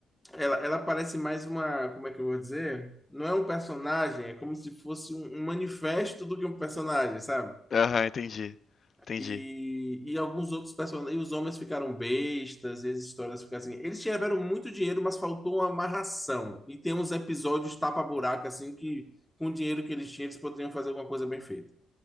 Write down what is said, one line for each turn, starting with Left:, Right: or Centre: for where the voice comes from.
Centre: Ela, ela parece mais uma. Como é que eu vou dizer? Não é um personagem, é como se fosse um, um manifesto do que um personagem, sabe?
Left: Aham, entendi, entendi.
Centre: E, e alguns outros personagens. E os homens ficaram bestas, e as histórias ficaram assim. Eles tiveram muito dinheiro, mas faltou uma amarração. E tem uns episódios tapa-buraco, assim, que com o dinheiro que eles tinham, eles poderiam fazer alguma coisa bem feita.